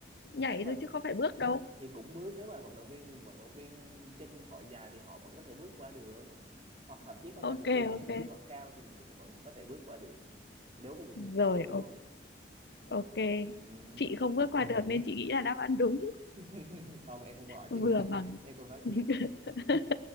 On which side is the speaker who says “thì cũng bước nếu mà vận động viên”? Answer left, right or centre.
Right